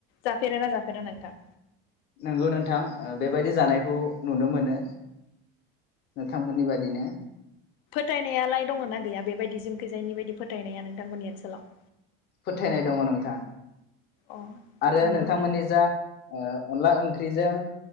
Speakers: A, on the left; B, on the left.
A: जाफेरोना जाफेरा नोंथां?
B: नंगौ नोंथां ओ बेबायदि जानायखौ नुनो मोनो। नोंथांमोननि बादि नो
A: फोथायनायालाय दङ ना गैया बेबायदि जोंखैजायनि बायदि फोथायनाया नोंथांमोननि ओनसोलाव?
B: फोथायनाय दङ नोंथां
A: अ
B: आरो
A: नंगौ
B: नोंथांमोननि
A: ना
B: जा ओ अनला ओं ख्रिजों